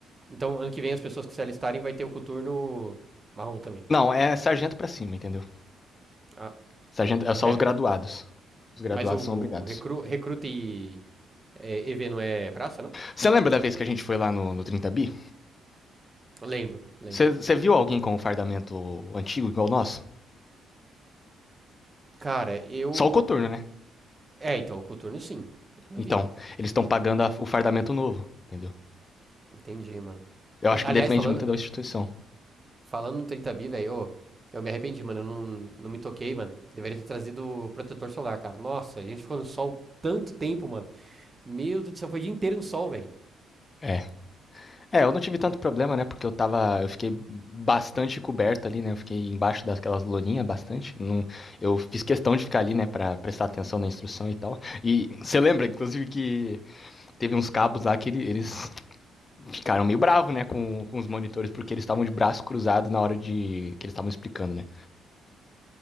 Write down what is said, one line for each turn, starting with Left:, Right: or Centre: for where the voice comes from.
Right: Então, ano que vem, as pessoas que se alistarem vai ter o coturno marrom também.
Left: Não, é sargento pra cima, entendeu?
Right: Ah,
Left: Sargento é só
Right: pera.
Left: os graduados. Os graduados
Right: Mas o, o
Left: são obrigados.
Right: recru, recruta e é, EV não é praça, não?
Left: Você lembra da vez que a gente foi lá no, no trinta Bi?
Right: Lembro, lembro.
Left: Você viu alguém com um fardamento antigo igual o nosso?
Right: Cara, eu.
Left: Só o coturno, né?
Right: É, então, o coturno sim. O coturno
Left: Então,
Right: eu vi.
Left: eles estão pagando a- o fardamento novo, entendeu?
Right: Entendi, mano.
Left: Eu
Right: A-
Left: acho que
Right: Aliás,
Left: depende
Right: falando,
Left: muito da instituição.
Right: falando no 30 bi, velho, ô, eu me arrependi, mano. Eu não, não me toquei, mano. Deveria ter trazido protetor solar, cara. Nossa, a gente ficou no sol tanto tempo, mano. Meu Deus do céu, foi o dia inteiro no sol, velho.
Left: É. É, eu não tive tanto problema, né? Porque eu tava. Eu fiquei bastante coberto ali, né? Eu fiquei embaixo daquelas loninhas bastante. Não, eu fiz questão de ficar ali, né? Pra prestar atenção na instrução e tal. E você lembra, inclusive, que teve uns cabos lá que ele- eles ficaram meio bravos, né, com, com os monitores, porque eles estavam de braço cruzado na hora de. que eles estavam explicando, né.